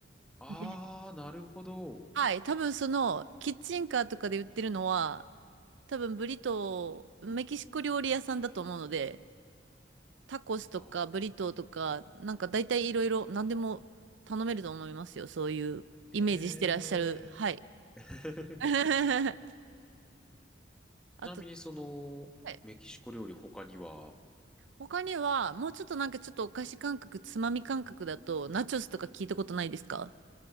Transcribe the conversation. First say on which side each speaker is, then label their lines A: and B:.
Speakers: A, in the centre; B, on the right (about 85°).
A: ああ、
B: で
A: なるほど。
B: はい、多分その、キッチンカーとかで売ってるのは、多分ブリトー、メキシコ料理屋さんだと思うので、タコスとかブリトーとか、
A: あー
B: なんか大体いろいろ何でも頼めると思いますよ。そういうイメージしてらっしゃる。
A: へえ。
B: はい。
A: <laughs>
B: <laughs> あと、
A: ちなみにその、
B: はい
A: メキシコ料理他には、
B: 他には、もうちょっとなんかちょっとお菓子感覚、つまみ感覚だと、ナチョスとか聞いたことないですか